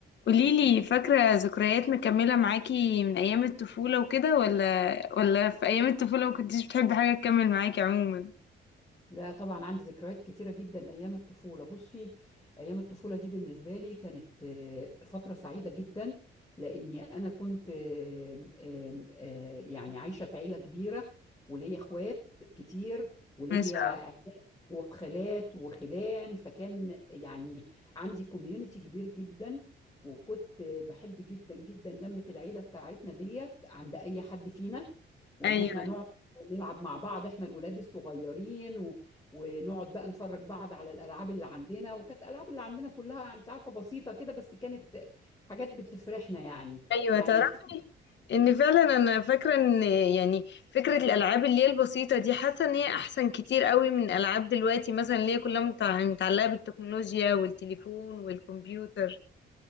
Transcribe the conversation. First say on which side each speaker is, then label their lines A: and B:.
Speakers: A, on the left; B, on the left.
A: قوليلي فاكرة ذكريات مكملة معاكي من أيام الطفولة وكده ولا ولا في أيام الطفولة ما كنتيش بتحبي حاجة تكمل معاكي عموما
B: لا طبعا عندي ذكريات كتيرة جدا أيام الطفولة بصي أيام الطفولة دي بالنسبة لي كانت آه، فترة سعيدة جدا لأني أنا كنت آم، آم، آه، يعني عايشة في عيلة كبيرة وليا إخوات كتير وليا
A: ما شاء الله
B: وخالات وخلان فكان يعني عندي كوميونتي كبير جدا وكنت بحب جدا جدا لمة العيلة بتاعتنا ديت عند أي حد فينا وإن
A: أيوة
B: إحنا نقعد نلعب مع بعض إحنا الولاد الصغيرين و... ونقعد بقى نفرج بعض على الألعاب اللي عندنا وكانت الألعاب اللي عندنا كلها أنت عارفة بسيطة كده بس كانت حاجات بتفرحنا يعني
A: أيوة
B: يعني
A: تعرفي
B: أفتكر
A: إن فعلا أنا فاكرة إن يعني فكرة الألعاب اللي هي البسيطة دي حاسة إن هي أحسن كتير قوي من ألعاب دلوقتي مثلا اللي هي كلها متع- متعلقة بالتكنولوجيا والتليفون والكمبيوتر